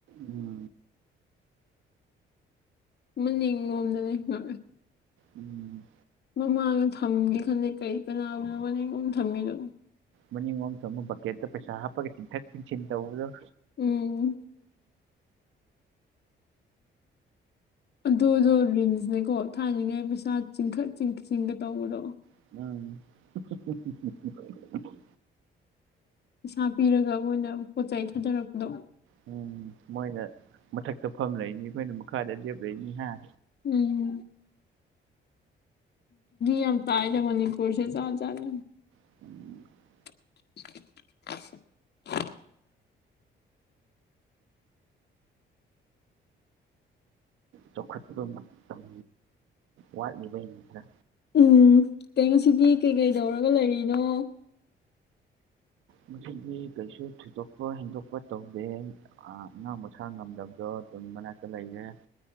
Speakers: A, on the right; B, on the left.
A: ꯎꯝ
B: ꯃꯅꯤꯡ ꯂꯣꯝꯗꯅꯦ ꯉꯥꯛꯑꯦ
A: ꯎꯝ
B: ꯃꯃꯥꯡꯗ ꯊꯝꯒꯦ ꯈꯟꯗꯦ ꯀꯩ ꯀꯅꯥꯕꯨꯅꯣ ꯃꯅꯤꯡꯂꯣꯝ ꯊꯝꯃꯤꯗꯣ
A: ꯃꯅꯤꯡꯂꯣꯝ ꯊꯧꯕ ꯕꯛꯀꯦꯠꯇ ꯄꯩꯁꯥ ꯍꯥꯞꯄꯒ ꯆꯤꯡꯊꯠ ꯆꯤꯡꯁꯤꯟ ꯇꯧꯕꯗꯣ
B: ꯎꯝ ꯑꯗꯨꯗꯣ ꯔꯤꯝꯁꯅꯦꯀꯣ ꯊꯥꯢꯅꯉꯩ ꯄꯩꯁꯥ ꯆꯤꯡꯈꯠ ꯆꯤꯡ ꯆꯤꯡꯒ ꯇꯧꯕꯗꯣ
A: <unintelligible>
B: ꯄꯩꯁꯥ ꯄꯤꯔꯒ ꯃꯣꯏꯅ ꯄꯣꯠ ꯆꯩꯩ ꯊꯥꯗꯔꯛꯄꯗꯣ
A: ꯎꯝ ꯃꯣꯏꯅ ꯃꯊꯛꯇ ꯐꯝ ꯂꯩꯅꯤ ꯑꯩꯈꯣꯏꯅ ꯃꯈꯥꯗ ꯂꯦꯞ ꯂꯩꯅꯤ ꯍꯥꯏ
B: ꯎꯝ ꯌꯥꯝ ꯇꯥꯢꯗ ꯃꯅꯤꯄꯨꯔꯁꯦ ꯖꯥꯠ ꯖꯥꯠꯅꯦ
A: <inaudible>
B: <inaudible>
A: ꯆꯥꯎꯈꯠꯄ ꯃꯇꯝ ꯋꯥꯠꯂꯤꯕꯩꯅꯤꯗ
B: ꯎꯝ ꯀꯩ ꯉꯁꯤꯗꯤ ꯀꯩꯀꯩ ꯇꯧꯔꯒ ꯂꯩꯔꯤꯅꯣ
A: ꯉꯁꯤꯗꯤ ꯀꯩꯁꯨ ꯊꯣꯏꯗꯣꯛꯄ ꯍꯦꯟꯗꯣꯛꯄ ꯇꯧꯗꯦ ꯑ ꯑꯉꯥꯡ ꯃꯁꯥ ꯉꯝꯗꯕꯗꯣ ꯑꯗꯨꯝ ꯃꯅꯥꯛꯇ ꯂꯩꯌꯦ